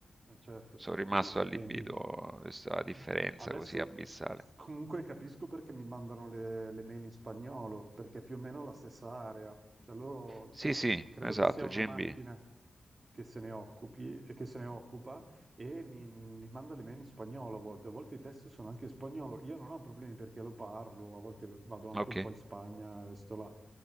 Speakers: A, on the right; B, on the right.
A: Ma certo,
B: Sono rimasto
A: perché gli stipendi.
B: allibito a questa differenza
A: Adesso
B: così abissale.
A: comunque capisco perché mi mandano le, le mail in spagnolo, perché è più o meno la stessa area. Cioè loro,
B: Sì,
A: o-
B: sì,
A: credo
B: esatto,
A: che sia una
B: GMB.
A: macchina che se ne occupi, e che se ne occupa e mi, mi manda le mail in spagnolo a volte. A volte i testi sono anche in spagnolo. Io non ho problemi perché lo parlo, a volte vado anche
B: Ok.
A: un po' in Spagna e sto là.